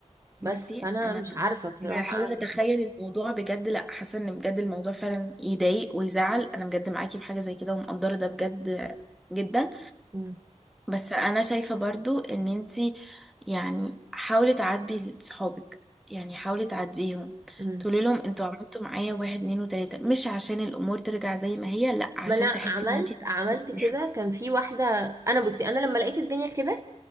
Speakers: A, on the right (about 25°); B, in the centre.
A: بس
B: بصي
A: فانا
B: انا
A: مش عارفه بصراحه
B: بحاول
A: اعمل
B: اتخيل
A: إيه.
B: الموضوع بجد لا حاسه ان بجد الموضوع فعلا يضايق ويزعل انا بجد معاكي في حاجه زي كده ومقدره ده بجد جدا
A: مم.
B: بس انا شايفه برضو ان انتي يعني حاولي تعاتبي صحابك يعني حاولي تعاتبيهم
A: مم.
B: تقولي لهم انتوا عملتوا معايا واحد اتنين وتلاته مش عشان الامور ترجع زي ما هي لا عشان
A: ما انا
B: تحسي
A: عملت
B: ان انتي
A: عملت
B: مرتاحة.
A: كده كان في واحده انا بصي انا لما لقيت الدنيا كده